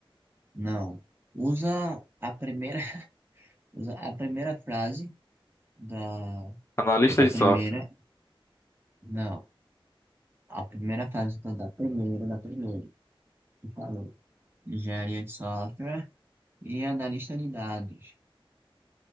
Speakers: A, on the right (about 25°); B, on the left (about 30°).
A: não. Usa a primeira, <laughs> usa a primeira frase da
B: Analista
A: Da
B: de
A: primeira,
B: software.
A: não. A primeira fase, então, da primeira, da primeira. Tu falou. Engenharia de software e analista de dados.